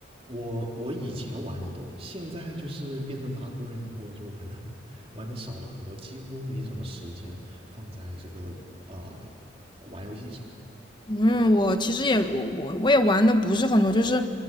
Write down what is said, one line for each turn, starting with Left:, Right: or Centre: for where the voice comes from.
Right: 我我以前玩的多，现在就是变成打工人以后就玩的 <laughs> 玩的少了很多，几乎没什么时间放在这个啊、玩游戏上。
Left: 嗯，我其实也我我我也玩的不是很多，就是，